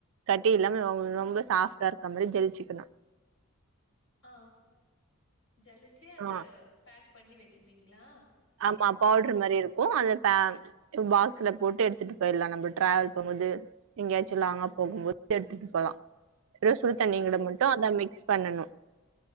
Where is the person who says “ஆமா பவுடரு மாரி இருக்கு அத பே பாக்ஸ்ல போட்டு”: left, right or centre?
Right